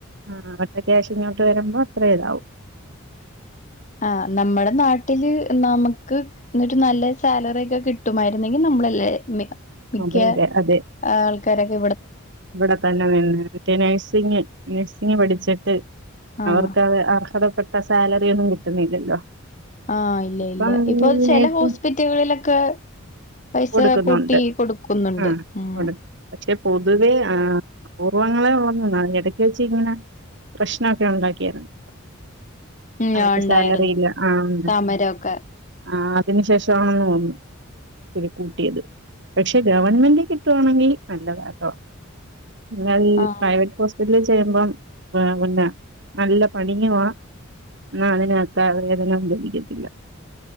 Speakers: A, on the right; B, on the left.
A: ആഹ് അവരുടെ ക്യാഷ് ഇങ്ങോട്ട് വരുമ്പോ അത്രേയിതവും
B: ആ നമ്മുടെ നാട്ടില് നമുക്ക് <inaudible> നല്ല സാലറി ഒക്കെ കിട്ടുമായിരുന്നെങ്കിൽ ന <inaudible> മിക്ക
A: അതെ അതെ അതെ
B: ആൾക്കരൊക്കെ
A: ഇവിടെ തന്നെ നിന്ന് മറ്റേ നഴ്സിങ് നഴ്സിംങ് പഠിച്
B: ആഹ്
A: അവർക്ക് അ അർഹതപ്പെട്ട സാലറി ഒന്നും കിട്ടുന്നില്ലല്ലോ
B: ആഹ് ഇല്ല
A: അപ്പം
B: ഇല്ല ഇപ്പൊ
A: ഈ
B: ചില
A: നഴ്സിംഗ്
B: ഹോസ്പിറ്റലുകളിലൊക്കെ പൈസ
A: കൊടുക്കുന്നുണ്ട്
B: കൂട്ടി കൊടുക്കുന്നുണ്ട്
A: ആ
B: ഉം
A: കൊടു പക്ഷെ പൊതുവെ ആ അപൂർവ്വങ്ങളെ ഉള്ള് ഇടക്ക് വെച്ച ഇങ്ങനെ പ്രശ്നൊക്കെ ഉണ്ടാക്കിയായിരുന്നു
B: ഉം
A: അവർക്ക്
B: ആഹ് ഉണ്ടായിരുന്നു
A: സാലറി ഇല്ല ആഹ്
B: സമരമൊക്കെ
A: ആ അതിനന് ശേഷമാണെന്ന് തോന്നുന്നു ഇച്ചിരി കൂട്ടിയത് പക്ഷെ ഗവൺമെന്റി കിട്ടുവാണെങ്കി നല്ലതാട്ടോ, എന്നാ ഈ
B: ആഹ്
A: പ്രൈവറ്റ് ഹോസ്പിറ്റല ചെയ്യുമ്പം പിന്നെ നല്ല പണിയുവാ എന്നാ അതിനുതക്ക വേതനം ലഭിക്കത്തില്ല.